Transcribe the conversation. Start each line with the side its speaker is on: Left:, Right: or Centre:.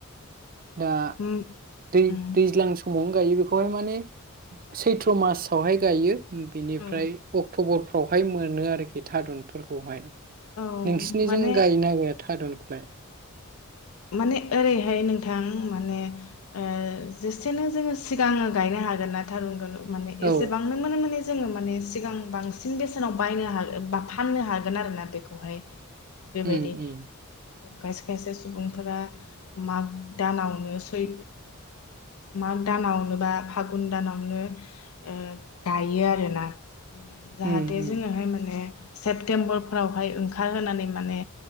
Right: दा
Left: उम
Right: दै
Left: उम
Right: दैज्लां सम मैगं गायो बेखौहाय माने सैथ्र मासावहाय गायो बिनिफ्राय
Left: औ
Right: अक्टबर बावहाय मोनो आरोखि थारुनफोरखौहाय
Left: औ
Right: नोंसिनिजों
Left: माने
Right: गायो ना गाया थारुनखौ? बे
Left: माने ओरैहाय नोंथां माने ओ जेसेनो जोङो सिगाङो गायनो हागोन ना थारुनखौ माने
Right: औ
Left: एसेबां नों माने माने जोङो माने सिगां बांसिन बेसेनाव बायनो हागो बा फाननो हागोन आरोना बेखौहाय बेबायदि
Right: उम उम
Left: खायसे खायसे सुबुंफोरा माग दानावनो सै माग दानावनो बा फागुन दानावनो ओ गायो आरोना जाहाथे
Right: उम उम
Left: जोङोहाय माने सेप्तेम्बर फोरावहाय ओंखारहोनानै माने